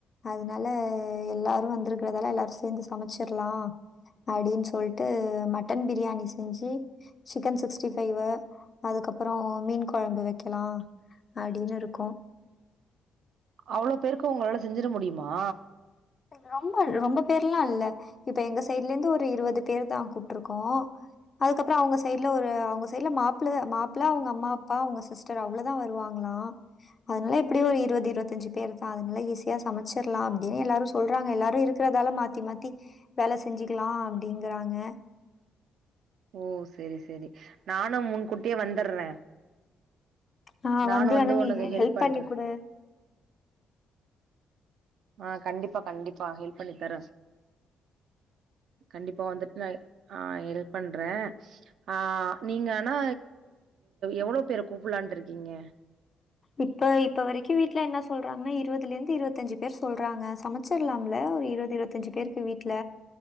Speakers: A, on the left (about 35°); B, on the right (about 70°).
A: அதனால எல்லாரு வந்திருக்கறதால எல்லாரு சேந்து சமச்சிர்லா அப்டின்னு சொல்லிட்டு மட்டன் பிரியாணி செஞ்சு சிக்கன் சிக்ஸ்டி ஃபைவு அதுக்கப்பற மீன் குழம்பு வெக்கலா அப்டின்னுருக்கோ
B: அவ்ளோ பேருக்கு உங்களால செஞ்சிட முடியுமா
A: ரொம்ப ரொம்ப பேர்ல்லா இல்ல இப்ப எங்க சைட்லருந்து ஒரு இருபது பேர் தா கூப்ட்ருக்கோ அதுக்கப்பற அவங்க சைட்ல ஒரு அவங்க சைட்ல மாப்ள மாப்ள அவங்க அம்மா அப்பா அவங்க சிஸ் டர் அவ்ளோதா வருவாங்களா அதனால எப்டியோ ஒரு இருபது இருபத்தஞ்சு பேர் தா அதுனால ஈஸியா சமச்சிடலா அப்டின்னு எல்லாரு சொ சொல்றாங்க எல்லாரு இருக்கிறதால மாத்தி மாத்தி வேல செஞ்சுக்கலா அப்டிங்கறாங்க
B: ஓ சேரி சேரி நானு முன்கூட்டியே வந்துர்ற
A: ஆ
B: நானு வந்து
A: வேணா
B: ஒனக்கு
A: நீ
B: ஹெல்ப் பண்ற
A: பண்ணி குடு
B: ஆ கண்டிப்பா கண்டிப்பா ஹெல்ப் பண்ணி தர கண்டிப்பா வந்துட்டு நா ஆ ஹெல்ப் பண்ற ஆ நீங்க ஆனா எவ்ளோ பேரு கூப்பலான்ட்டுருக்கீங்க
A: இப்ப இப்ப வரைக்கும் வீட்டுல என்ன சொல்றாங்கன்னா இருபதுலருந்து இருபத்தஞ்சு பேர் சொல்றாங்க சமச் ச்சிர்லாம்ல ஒரு இருபது இருபத்தஞ்சு பேருக்கு வீட்ல